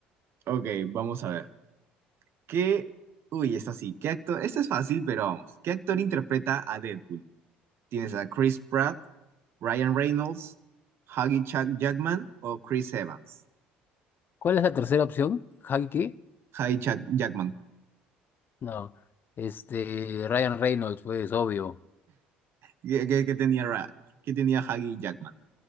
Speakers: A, on the right; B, on the left.
A: Ok, vamos a ver. ¿Qué? Uy, esta sí. ¿Qué actor? Esta es fácil, pero vamos. ¿Qué actor interpreta a Deadpool? ¿Tienes a Chris Pratt, Ryan Reynolds, Huggy Chuck Jackman o Chris Evans?
B: ¿Cuál es la tercera opción? ¿Javi qué?
A: Huggy Chuck Jackman.
B: No. Este, Ryan Reynolds, pues, obvio.
A: ¿Qué, qué- qué tenía, Ra- qué tenía Huggy Jackman?